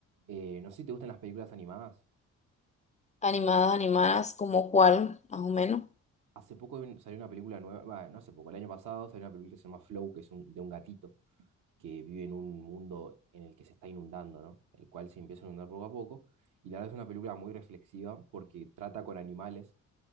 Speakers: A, on the right (about 80°); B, on the left (about 25°).
A: eh, no sé si te gustan las películas animadas.
B: Animadas, animadas, como cuál, más o menos.
A: Hace poco ven- salió una película nueva, bah, no hace poco, el año pasado salió una película que se llama Flow, que es un- de un gatito. que vive en un mundo en el que se está inundando, ¿no? El cual se empieza a inundar poco a poco. Y la verdad es una película muy reflexiva porque trata con animales,